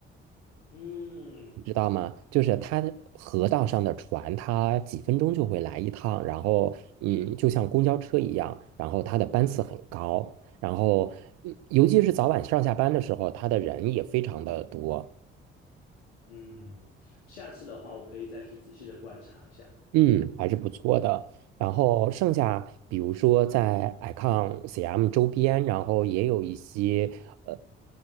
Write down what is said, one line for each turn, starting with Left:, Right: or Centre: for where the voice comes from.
Left: 嗯
Right: 你知道吗？就是它的河道上的船，它几分钟就会来一趟，然后嗯，就像公交车一样，然后它的班次很高，然后嗯，尤其是早晚上下班的时候，它的人也非常的多。
Left: 嗯，下次的话我可以再去仔细的观察一下。
Right: 嗯，
Left: 对。
Right: 还是不错的。然后剩下，比如说在 Icon CM 周边，然后也有一些呃，